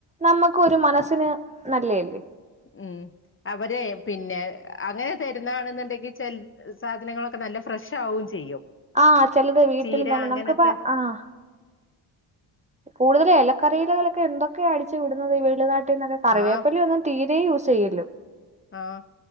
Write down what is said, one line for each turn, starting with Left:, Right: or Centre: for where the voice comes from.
Right: നമ്മക്കു ഒരു മനസ്സിന് നല്ലേല്ലേ
Left: ഉം അവരെ പിന്നെ അങ്ങനെ തര്ന്നാണിന്നിണ്ടെങ്കി ചെൽ സാധനങ്ങൾ ഒക്കെ നല്ല ഫ്രഷ് ആവും ചെയ്യും
Right: ആഹ് ചെൽത് വീട്ടിൽ
Left: ചീര
Right: തന്നെ
Left: അങ്ങനത്തെ
Right: നമുക്കിപ്പ ആഹ് കൂടുതൽ എലക്കറീലകലക്കെ എന്തൊക്കെയ അടിച്ചു വിടുന്നത് ഈ വെളിനാട്ടീന്നൊക്കെ കറിവേപ്പില
Left: ആഹ്
Right: ഒന്നും തീരെ യൂസെയ്യെല്ല്
Left: ആഹ്